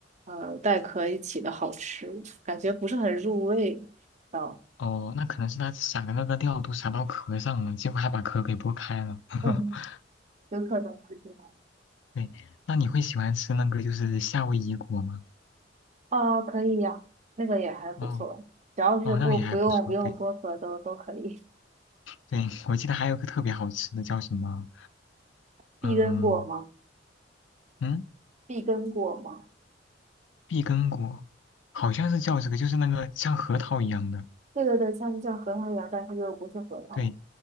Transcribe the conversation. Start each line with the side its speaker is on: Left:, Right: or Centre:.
Right: 呃，带壳一起的好吃，感觉不是很入味。哦，
Left: 哦，那可能是它撒的那个料都撒到壳上了，结果还把壳给剥开了。<laughs>
Right: 嗯，有可能是这样。
Left: 对，那你会喜欢吃那个就是夏威夷果吗？
Right: 哦，可以呀，那个也还不错，
Left: 哦
Right: 只要是不不用不用剥壳都都可以。
Left: 哦，那也还不错。对对，<laughs> 我记得还有个特别好吃的叫什么？
Right: 碧根果吗？
Left: 嗯嗯，
Right: 碧根果吗？
Left: 碧根果，好像是叫这个，就是那个像核桃一样的。
Right: 对对对，像像核桃一样，但是又不是核桃。
Left: 对